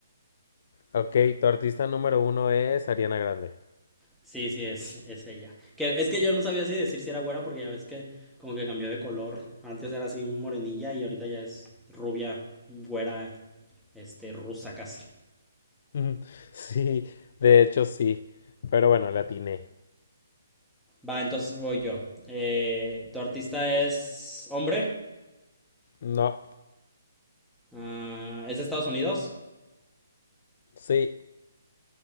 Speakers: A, on the left; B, in the centre.
A: Ok, tu artista número uno es Ariana Grande.
B: Sí, sí, es, es ella. Que, es que yo no sabía si decir si era güera porque ya ves que como que cambió de color. Antes era así morenilla y ahorita ya es rubia, güera, este, rusa casi.
A: Ujú. <laughs> Sí, de hecho sí. Pero bueno, la atiné.
B: Va, entonces voy yo. Eh, ¿tu artista es hombre?
A: No,
B: Ah, ¿es de Estados Unidos?
A: sí,